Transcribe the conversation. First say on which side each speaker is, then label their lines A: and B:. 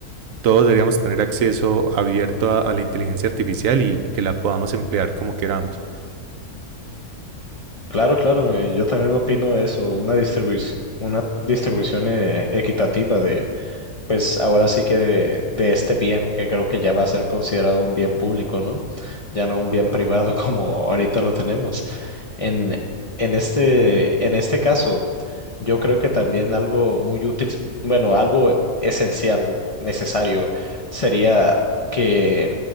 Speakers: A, on the right (about 70°); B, on the left (about 45°).
A: Todos deberíamos tener acceso abierto a, a la inteligencia artificial y que la podamos emplear como queramos.
B: Claro, claro. eh, Yo también opino eso. Una distribución, una distribución eh, equitativa de, pues ahora sí que de, de este bien, que creo que ya va a ser considerado un bien público, ¿no? ya no un bien privado <laughs> como ahorita lo tenemos. En, en este, en este caso, yo creo que también algo muy útil, bueno, algo esencial, necesario, sería que,